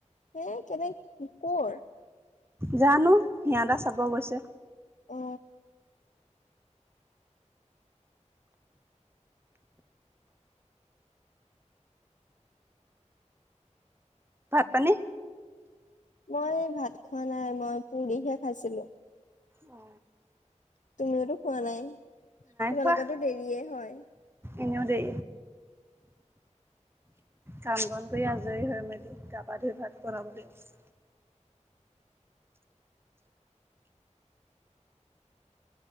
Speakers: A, on the left (about 85°); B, on the right (about 20°).
A: হে কেনে কি কৰ
B: জানো সিহঁ এ চাব গৈছে
A: উ
B: ভাত পানী
A: মই ভাত খোৱা নাই মই পুৰিহে খাইছিলো
B: অ
A: তুমিওতো খোৱা নাই তোমালোকো
B: খোৱা
A: দেৰিয়ে হয়
B: এনেও দেৰি কাম বন কৰি আজৰি হৈ মেলি তাৰ গা ধুই ভাত বনাব লাগিব <unintelligible>